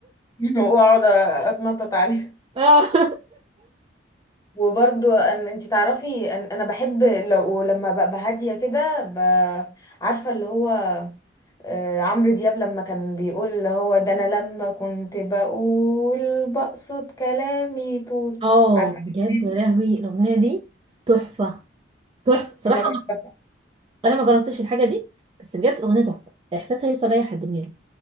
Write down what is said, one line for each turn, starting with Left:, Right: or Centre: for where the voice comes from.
Left: <laughs> واقعد اتنطط عليها
Right: اه <laughs>
Left: وبرضو أن انت تعرفي أن انا بحب لو لما ببقى هاديه كده ب... عارفه اللي هو آه، عمرو دياب لما كان بيقول اللي هو ده انا لما كنت بقول بقصد كلامي طول
Right: اه
Left: عارفه
Right: بجد
Left: الأغنية دي
Right: يا لهوي الاغنيه دي تحفه تحفه صراحه
Left: انا بحبها
Right: ما- انا ما جربتش الحاجه دي بس بجد الاغنيه تحفه احساسها يوصل لاي حد مننا